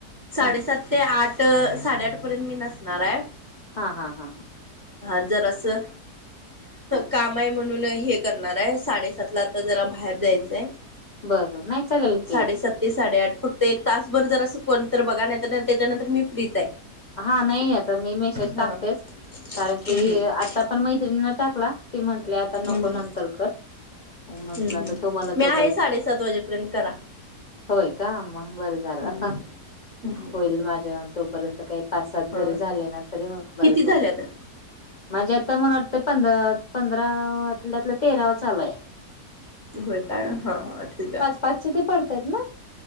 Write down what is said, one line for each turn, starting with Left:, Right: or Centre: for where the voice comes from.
Left: हम्म
Right: साडेसात ते आठ साडेआठ पर्यंत मी नसणार आहे
Left: हा हा हा हा
Right: हा जरा स काम आहे म्हणून हे करणार आहे साडेसात ला आता जरा बाहेर जायचंय
Left: बरोबर नाही चालेल
Right: साडेसात
Left: की
Right: ते साडेआठ फक्त एक तासभर जर असं कोण तर बघा नाही तर नाही त्याच्यानंतर मी फ्रीच आहे.
Left: हा नाही आता मी मेसेज टाकतेच
Right: हा
Left: कारण
Right: हम्
Left: की
Right: हम्
Left: आज आता पण मैत्रिणी टाकला ते म्हंटले आता नको
Right: हम्
Left: नंतर कर म्हंटलं
Right: हम् हम्
Left: तर तुम्हाला
Right: मी
Left: त
Right: आहे
Left: बरे
Right: साडेसात वाजेपर्यंत करा
Left: होय का, मग बरं झालं
Right: हम्म हम्म
Left: होईल माझ्या मग तोपर्यंत काही पाच सात जरी
Right: हा
Left: झाले ना तरी बरे
Right: किती झाले
Left: पडते
Right: आता
Left: माझे आता मला वाटतं पंधरा पंधरातल्यातलं तेरावा चालू आहे. <inaudible>
Right: होय काय हा हा ठीक आहे.
Left: पाच्च ते पडतायत ना